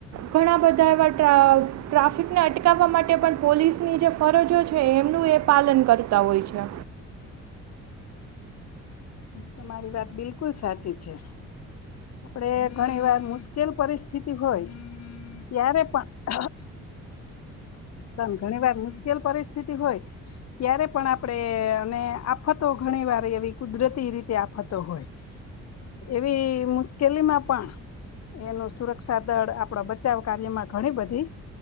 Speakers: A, on the right; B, on the left.
A: ઘણા બધા એવા ટ્રા ટ્રાફિકને અટકાવવા માટે પણ પોલીસની જે ફરજો છે, એમનું એ પાલન કરતા હોય છે.
B: તમારી વાત બિલકુલ સાચી છે. આપડે ઘણી વાર મુશ્કેલ પરિસ્થિતિ હોય ત્યારે પણ પણ ઘણી વાર મુશ્કેલ પરિસ્થિતિ હોય ત્યારે પણ આપડે અને આફતો ઘણી વાર એવી કુદરતી રીતે આફતો હોય. એવી મુશ્કેલીમાં પણ એનું સુરક્ષા દળ આપડા બચાવ કાર્યમાં ઘણી બધી